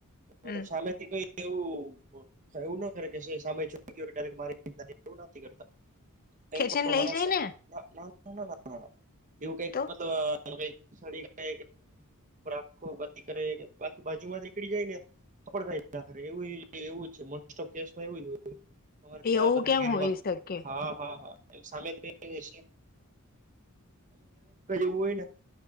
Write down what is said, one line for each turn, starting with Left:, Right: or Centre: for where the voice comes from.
Right: મતલ
Left: હમ
Right: સામેથી કોઈ એવું એવું ના કરે કે સામેક મારી એવ નથી કરતા કઈ
Left: ખેંચીને
Right: પણ
Left: લઈ
Right: માણસ
Left: જાય ને
Right: ના ના ના ના ના ના એવું કઈક
Left: તો
Right: મતલબ કડી કે કખો ગતિ કરે બાકી બાજુમાં નીકળી જાય ને કડ એ એવું છેમાંરે ત્યાં
Left: એવું
Right: બધા
Left: કેમ
Right: ગીરમાં
Left: હોઈ શકે
Right: હા હા હા એમ સામેું ક્યારેકઈ જેવું હોય ને